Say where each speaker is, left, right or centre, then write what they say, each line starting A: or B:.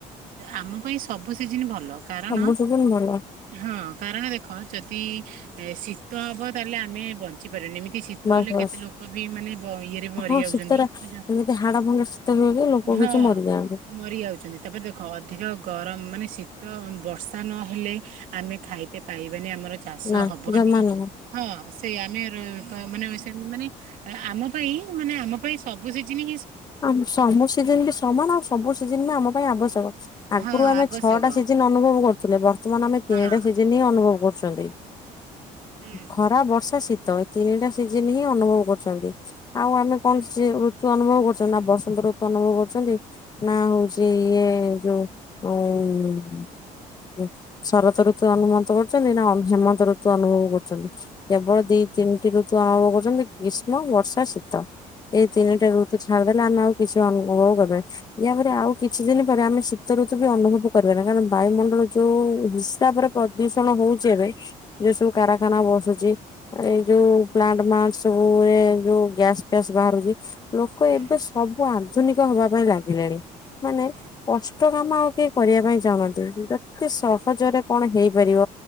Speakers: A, on the right; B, on the left.
A: ଆମ ପାଇଁ ସବୁ ସିଜିିନ ଭଲ। କାରଣ
B: ସବୁ ସିଜିନ ଭଲ
A: ହଁ। କାରଣ ଦେଖ ଯଦି ଏ ଶୀତ ହବ ତାହେଲେ ଆମେ ବଞ୍ଚିପାରିବା ଏମିତି ତାହେଲେ
B: ବାସ୍ ବାସ୍
A: କେତେ ଲୋକ ବି ମାନେ ଇଏରେ ମରି
B: ହଁ
A: ଯାଉଛନ୍ତି
B: ଶୀତର
A: ବୁଝ
B: ଏମିତି ହାଡ ଭଙ୍ଗା ଶୀତ ହୁଏ ଯେ ଲୋକ
A: ହଁ
B: କିଛି ମରିଯାଆନ୍ତି
A: ମରି ଯାଉଛନ୍ତି ତାପରେ ଦେଖ ଅଧିକ ଗରମ ମାନେ ଶୀତ ବର୍ଷା ନହେଲେ ଆମେ ଖାଇତେ ପାଇବା। ଆମର ଚାଷ
B: ନା
A: ହବନି
B: ଜମା ନୁହଁ।
A: ହଁ ସେ ଆମ ମାନେ ମାନେ ଆମ ପାଇଁ ମାନେ ଆମ ପାଇଁ ସବୁ ସେ ଜିନି
B: ଆମ ସବୁ ସିଜିନ ବି ସମାନ ଆଉ ସବୁ ସିଜିନ ବି ଆମ ପାଇଁ ଆବଶ୍ୟକ। ଆଗରୁ
A: ହଁ
B: ଆମେ
A: ଆବଶ୍ୟକ
B: ଛଅଟା ସିଜିନ ଅନୁଭବ କରୁ। ହେଲେ ବର୍ତ୍ତମାନ ତହେନେ ଆମେ ତିିନିଟା
A: ହଁ
B: ହିଁ ଅନୁଭବ କରୁ। ଚାଲି।
A: ହୁଁ
B: ଖରା ବର୍ଷା ଶୀତ। ତ ତିନିଟା ସିଜିନ ହିଁ ଅନୁଭବ କରୁଛନ୍ତି। ଆଉ ଆମେ କଣ
A: ହୁଁ
B: କେମିତି ଅନୁଭବ କରୁ? ନା ବସନ୍ତ ଋତୁ ଅନୁଭବ କରୁଛନ୍ତି ନା ହଉଛି ଇଏ ଯୋଉ ଉ ଶରତ ଋତୁ ଅନୁଭତ କରୁଛନ୍ତି ନା ହେମନ୍ତ ଋତୁ ଅନୁଭବ କରୁଛନ୍ତି କେବଳ ଦି ତିନିଟି ଋତୁ ଅନୁଭବ କରୁଛନ୍ତି ଗ୍ରୀଷ୍ମ ବର୍ଷା ଶୀତ। ଏଇ ତିନିଟା ଋତୁ ଅଛି। ଛାଡ଼ିଦେଲେ ଆମେ ଆଉ କିଛି ଅନୁଭବ କ ୟାପରେ ଆଉ କିଛି ଦିନ ପରେ ଆମେ ଶୀତ ଋତୁ ବି ଅନୁଭବ କରିବା ନି କାରଣ ବାୟୁମଣ୍ଡଳ ଯୋଉ ହିସାବରେ ପ୍ରଦୂଷଣ ହଉଛି ଏବେ ଯୋଉ ସବୁ କାରଖାନା ବସୁଛି ଏଇ ଯୋଉ ପ୍ଲାଣ୍ଟଣ୍ଟ ସବୁରେ ଯୋଉ ଗ୍ୟାସ ଫ୍ୟାସ ବାହାରୁଛି
A: ହୁଁ
B: ଏବେ ସବୁ ଆଣି ଆଧୁନିକ ହବା ପାଇଁ ଲାଗିଲେଣି। ମାନେ
A: ହୁଁ
B: କଷ୍ଟ ମାମା ଆଉ କେହି କରିବା ପାଇଁ ଚାହୁଁହାନ୍ତି କିନ୍ତୁ ଏତେ ସହଜରେ
A: ହୁଁ
B: କଣ ହେଇ ପାରିବ